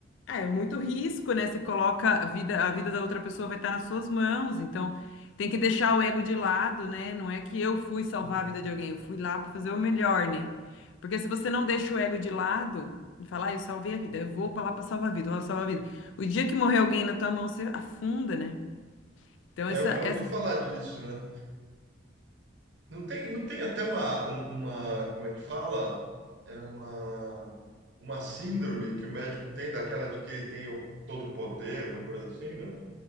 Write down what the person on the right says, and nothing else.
uhum.
É,
eu já
ouvi falar disso, né? Não tem, não tem até uma, um- uma, como é que fala? É uma, uma síndrome que o médico tem, daquela de que ele tem o todo o poder, uma coisa assim, não?